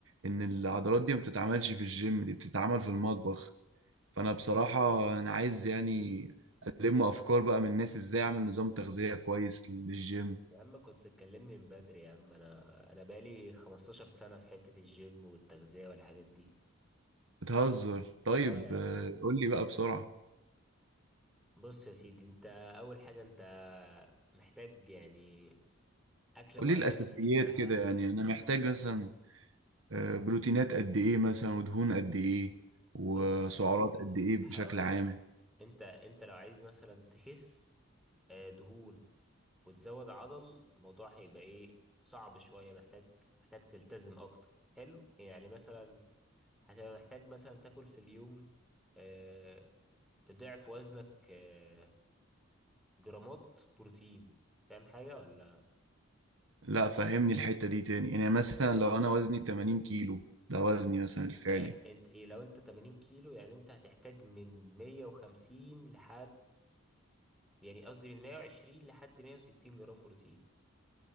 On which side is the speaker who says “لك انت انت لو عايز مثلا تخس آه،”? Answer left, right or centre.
Centre